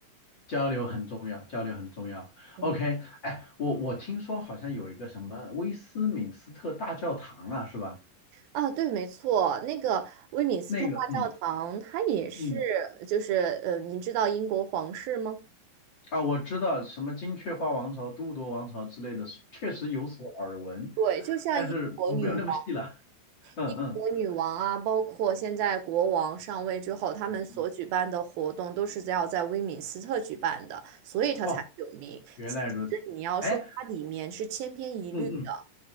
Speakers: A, on the left (about 40°); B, on the right (about 80°).
A: 交流很重要，交流很重要。
B: 嗯
A: OK，哎，我我听说好像有一个什么威斯敏斯特大教堂啊，是吧？
B: 啊，对，没错，那个威敏斯特大教堂，
A: 那个，嗯
B: 它也是，
A: 嗯，
B: 就是，呃，您知道英国皇室吗？
A: 啊，我知道什么金雀花王朝、都铎王朝之类的，确实有所耳闻，
B: 对，就像英国女王、
A: 但是没有那么细了。<laughs> 嗯嗯
B: 英国女王啊，包括现在国王上位之后，他们所举办的活动都是在要在威敏斯特举办的，
A: 嗯，嗯
B: 所以它才有名。
A: 哦，原来如此。
B: 其实你要说它里面是千篇一律的，
A: 哎，嗯嗯